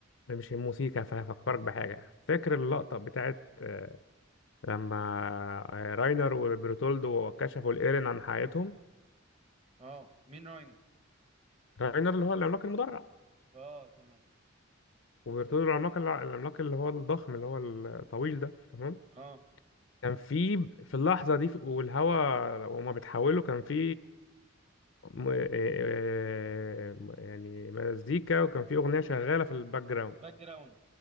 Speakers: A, on the left; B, on the right.
A: ده مش الموسيقى فهفكرك بحاجة فاكر اللقطة بتاعت آه، لما آه، راينر وبرتولدو كشفوا الإيرين عن حياتهم
B: اه مين راين
A: راينر اللي هو العملاق المدرع
B: اه تمام
A: وبرتولدو العملاق العملاق اللي هو الضخم اللي هو الطويل ده تمام
B: اه
A: كان في في اللحظة دي والهوا وهما بيتحولوا كان في م- آه، آه، يعني مزيكا وكان
B: أخو-
A: في أغنية شغالة في الباك جراوند
B: باك جراوند